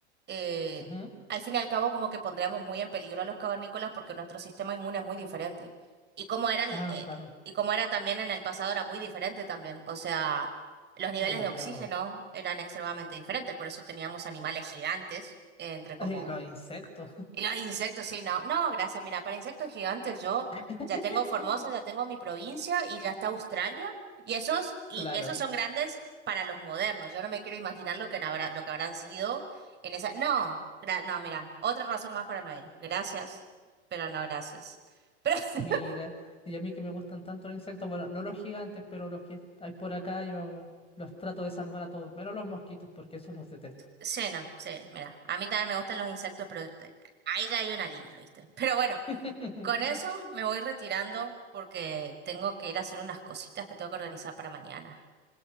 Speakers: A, on the right (about 30°); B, on the left (about 15°).
A: eh,
B: Ujú.
A: al fin y al cabo como que pondríamos muy en peligro a los cavernícolas porque nuestro sistema inmune es muy diferente. Y como era el,
B: Ah,
A: eh,
B: claro.
A: y como era también en el pasado era muy diferente también. O sea, los niveles
B: Bueno,
A: de
B: pero
A: oxígeno eran extremadamente diferentes, por eso teníamos animales gigantes, eh, entre como
B: eh, los insectos.
A: y los insectos, sí, no. No, gracias. Mira, para insectos gigantes yo
B: <laughs>
A: ya tengo Formosa, ya tengo mi provincia y ya está Australia. Y esos, y
B: Claro.
A: esos son grandes para los modernos. Yo no me quiero imaginar lo que no habrá, lo que habrán sido en esa. No, gra- no, mira, otra razón más para no ir. Gracias, pero no gracias. Pero <laughs>
B: Mira, y a mí que me gustan tanto los insectos, bueno, no los gigantes, pero los que hay por acá, yo los trato de salvar a todos, menos los mosquitos, porque esos los detesto.
A: sí, no, sí, mira. A mí también me gustan los insectos, pero eh, ahí ya hay una línea, ¿viste? Pero bueno,
B: <laughs>
A: con eso me voy retirando porque tengo que ir a hacer unas cositas que tengo que organizar para mañana.